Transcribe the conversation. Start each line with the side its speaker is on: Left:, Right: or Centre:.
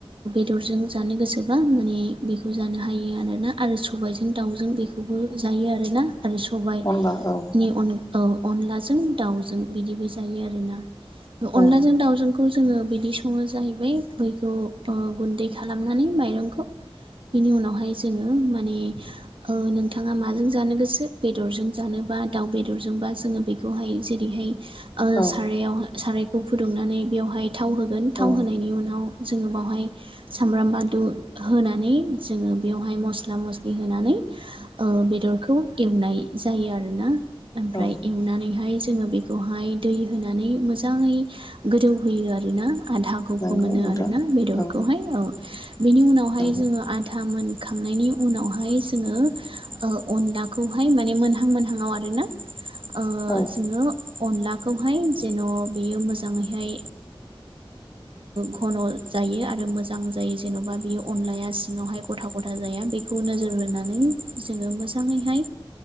Right: बेदरजों जानो गोसोबा माने बेखौ जानो हायो आरोना आरो सबायजों दाउजों बेखौबो जा रो आरो ना। आरो सबायाइनि
Left: अनला औ
Right: अनलाजों दाउजों बिदिबो जायो आरोना। अनलाजों
Left: औ
Right: दाउजोंखौ जोङो बिदि सङो जाहैबाय मैगौ। गुन्दै खालामनानै माइरंखौ। बिनि उनावहाय जोङो माने नोंथाङा माजों जानो गोसो बेदरजों जानो। बा दाउ बेदरजोंबा जोङो बेखौहाय जेरैहाय
Left: औ
Right: सारायाव सारायखौ फुदुंनानै बेवहाय थाव होगोन थाव
Left: औ
Right: होनायनि उनाव जोङो बावहाय सामब्राम बानलु होनानै जोङो बेयावहाय मस्ला मस्लि होनानै। बेदरखौ एवनाय जायो आरोना ओमफ्राय
Left: औ
Right: एवनानैहाय जोङो बेखौहाय दै होनानै मोजाङै गोदौहोयो आरोना। आधाखौबो
Left: नंगौ
Right: मोनो
Left: नोंथां
Right: आरोना बेदरखौहाय
Left: औ
Right: औ बिनि उनावहाय
Left: नंगौ
Right: जोङो आधा मोन। खांनायनि उनावहाय जोङो अनलाखौहाय माने मोनहां मोनहांआव आरोना। आं
Left: औ
Right: जोङो अनलाखौहाय जेन' बियो मोजाङैहाय घन' जायो आरो। आरो मोजां जायो जेन'बा बियो अनलाया सिङावहाय गथा गथा जाया बेखौ नोजोर होनानै जों ओ मोजाङैहाय